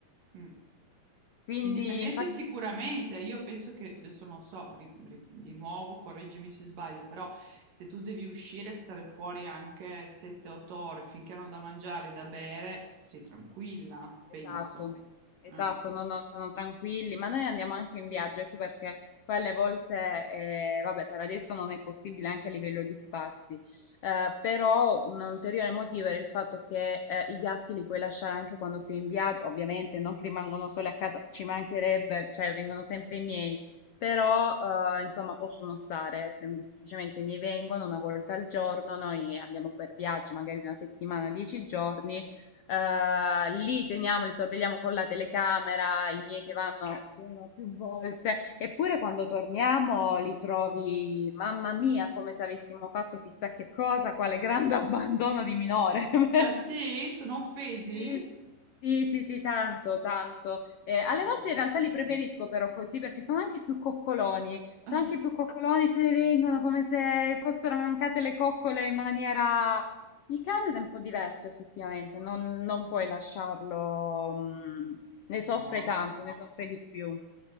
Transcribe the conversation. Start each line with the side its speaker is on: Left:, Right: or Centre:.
Right: Mm.
Left: Quindi,
Right: Indipendenti
Left: infatti,
Right: sicuramente, io penso che, adesso non so, ri- ri- di nuovo correggimi se sbaglio, però se tu devi uscire e stare fuori anche 7-8 ore finché hanno da mangiare e da bere, sei tranquilla, penso.
Left: Esatto, esatto,
Right: Eh.
Left: no, no, sono tranquilli, ma noi andiamo anche in viaggio, ecco perché poi alle volte, eh, vabbè, per adesso non è possibile anche a livello di spazi, eh, però un ulteriore motivo era il fatto che eh, i gatti li puoi lasciare anche quando sei in viaggio, ovviamente non che rimangono soli a casa, ci mancherebbe, cioè vengono sempre i miei, però eh, insomma possono stare, semplicemente mi vengono una volta al giorno, noi andiamo per viaggi, magari una settimana, dieci giorni eh, li teniamo, li sorvegliamo con la telecamera, i miei che vanno vengono più volte, eppure quando torniamo li trovi, mamma mia, come se avessimo fatto chissà che cosa, quale grande <laughs> abbandono di minore. <laughs>
Right: Ah sì? Sono offesi?
Left: Sì, sì, sì, sì, tanto, tanto. Eh, alle
Right: Ma
Left: volte
Right: dai.
Left: in realtà li preferisco però così perché sono anche più coccoloni.
Right: <laughs>
Left: Sono anche più coccoloni, se ne vengono come se fossero mancate le coccole in maniera... Il cane è un po' diverso effettivamente, non, non puoi lasciarlo... mm, ne soffre
Right: No.
Left: tanto, ne soffre di più.